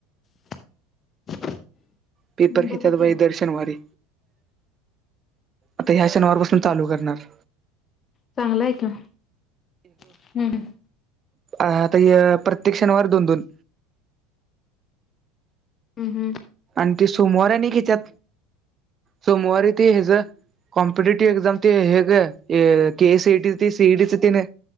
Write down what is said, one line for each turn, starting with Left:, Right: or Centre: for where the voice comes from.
Left: <unintelligible>
Right: पेपर
Left: बघ
Right: घेतात
Left: की
Right: बई
Left: मग
Right: दर शनवारी आता ह्या शनवारपासन चालू करणार
Left: चांगलं आहे का हम्म.
Right: आता हया प्रत्य त्येक शणवारी दोन दोन
Left: हम्म हम्म
Right: आणि ते सोमवार आणि घेत्यात सोमवारी ते ह्याज कॉम्पिटेटिव्ह एक्झाम ते हे ग अ K E C E T C E T च तिन-